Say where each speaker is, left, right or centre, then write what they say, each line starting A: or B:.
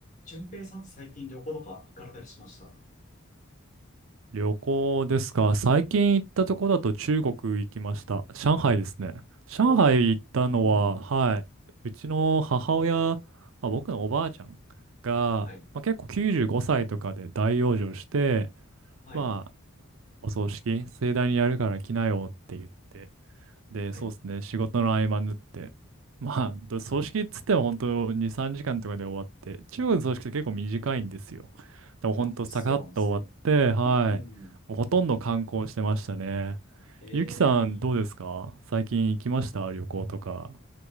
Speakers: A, on the left; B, on the right.
A: 順平さんって最近旅行とか行かれたりしました
B: 旅行ですか。最近行ったとこだと中国行きました。上海ですね。上海行ったのは、
A: お、うん。
B: はい、うちの母親、まあ、僕のおばあちゃんが、
A: はい。
B: まあ、結構95歳とかで大養生して、
A: はい。
B: まあ、お葬式盛大にやるから来なよって言って、で、
A: はい。
B: そうですね、仕事の合間縫って。まあ、ど葬式っつっても本当2、3時間とかで終わって、中国の葬式って結構短いんですよ。でも本当、
A: あ、そうなんですね。
B: サカッと終わって、はい。
A: うん。
B: もうほとんど観光してましたね。
A: えー、
B: ゆきさん、どうですか最近行きました旅行とか。